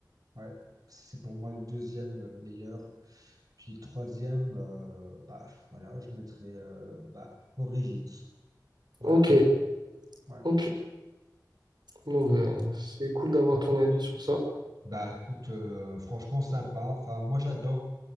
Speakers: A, on the right; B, on the right.
A: Ouais, c'est pour moi le deuxième euh, meilleur. Puis le troisième, euh, bah voilà, je mettrais euh, bah, Origins. Ouais,
B: Ok,
A: ouais.
B: ok. Non, mais c'est cool d'avoir ton avis sur ça.
A: Bah écoute, euh, franchement sympa. Enfin, moi j'adore.